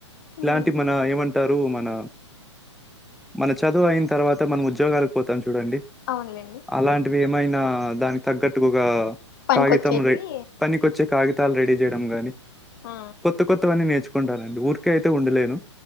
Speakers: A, on the left (about 45°); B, in the centre.
A: ఉమ్
B: ఇలాంటి మన ఏమం టరు మన మన చదువు అయిన తర్వాత మనము ఉద్యోగాలకు పోతాం చు చూడండి,
A: అవునులేండి
B: అలాంటివి ఏమైనా దానికి తగ్గట్టుగా ఒక
A: పనికొచ్చేటివి
B: కాగితం రె దానికొచ్చే కాగితాలు రెడీ చేయడం గాని,
A: ఆ
B: కొత్త కొత్తవన్నీ నేర్చు కుంటానండి ఊరికే అయితే ఉండలేను,